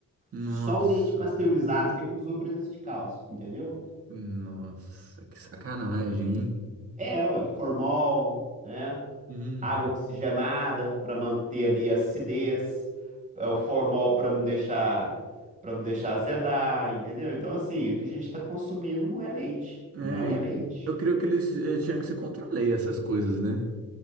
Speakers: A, on the right; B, on the right.
A: Nossa,
B: Só o leite pasteurizado que acusou a presença de cálcio, entendeu?
A: nossa, que sacanagem, hein?
B: É, ué, formol, né?
A: Hum.
B: água oxigenada para manter ali a acidez, é, o formol para não deixar para não deixar azedar, entendeu? Então assim, o que a gente está consumindo não é leite,
A: É,
B: não é
A: e
B: leite.
A: eu creio que eles eh, tinham que se controlar essas coisas, né?